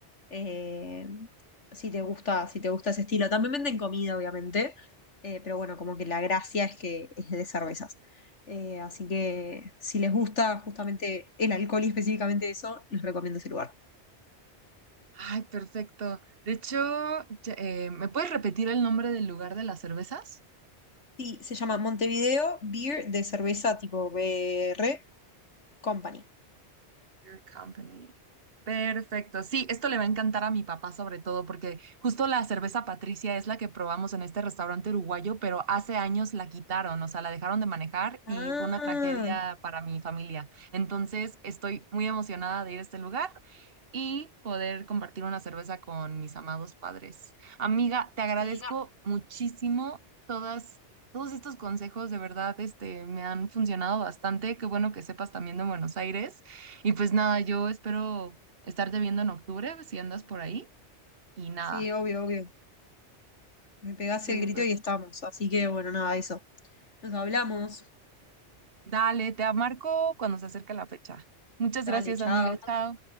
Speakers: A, on the left (about 85°); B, on the right (about 55°).
A: eh, si te gusta, si te gusta ese estilo. También venden comida, obviamente. eh, pero bueno, como que la gracia es que es de cervezas. Eh, así que si les gusta justamente el alcohol y específicamente eso, les recomiendo ese lugar.
B: Ay, perfecto. De hecho, ya- eh, ¿me puedes repetir el nombre del lugar de las cervezas?
A: Sí, se llama Montevideo Beer de cerveza tipo B R Company.
B: Your Company. Perfecto. Sí, esto le va a encantar a mi papá sobre todo porque justo la cerveza Patricia es la que probamos en este restaurante uruguayo, pero hace años la quitaron, o sea, la dejaron de manejar
A: Ah,
B: y fue una tragedia para mi familia. Entonces, estoy muy emocionada de ir a este lugar y poder compartir una cerveza con mis amados padres. Amiga, te agradezco
A: sí,
B: muchísimo todas, todos estos consejos, de verdad, este, me han funcionado bastante. Qué bueno que sepas también de Buenos Aires. Y pues nada, yo espero estarte viendo en octubre, si andas por ahí. Y nada,
A: sí, obvio, obvio. Me pegás
B: súper.
A: el grito y estamos. Así que bueno, nada, eso. Nos hablamos.
B: Dale, te marco cuando se acerque la fecha. Muchas
A: Dale,
B: gracias,
A: chao.
B: amiga. Chao.